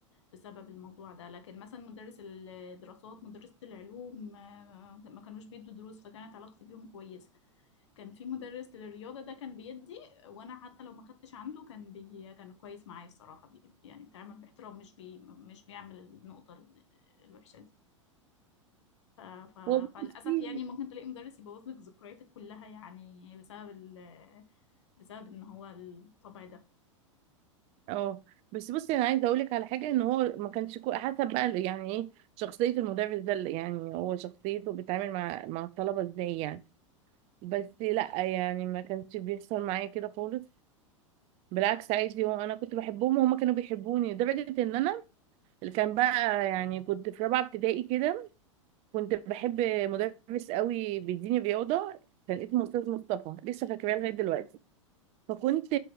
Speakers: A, on the left; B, on the right.
A: بسبب الموضوع ده لكن مثلا مدرس الدراسات مدرسة العلوم آه، ما كانوش بيدوا دروس فكانت علاقتي بيهم كويسة كان في مدرس للرياضة ده كان بيدي وانا حتى لو ما خدتش عنده كان بي كان كويس معايا الصراحة بي يعني بيتعامل باحترام مش بي مش بيعمل النقطة ال- الوحشة دي ف... ف...
B: هو بصي
A: فللأسف يعني ممكن تلاقي مدرس يبوظ لك ذكرياتك كلها يعني بسبب ال... بسبب ان هو الطبع ده
B: اه بس بصي انا عايزه اقول لك على حاجه ان هو ما كانش كو- حسب بقى يعني ايه شخصيه المدرس ده اللي- يعني هو شخصيته بيتعامل مع مع الطلبه ازاي يعني بس لا يعني ما كانش بيحصل معايا كده خالص بالعكس عادي هو انا كنت بحبهم وهما كانوا بيحبوني لدرجه ان انا اللي كان بقى يعني كنت في رابعه ابتدائي كده كنت بحب مدرس قوي بيديني رياضه كان اسمه استاذ مصطفى لسه فاكراه لغايه دلوقتي فكنت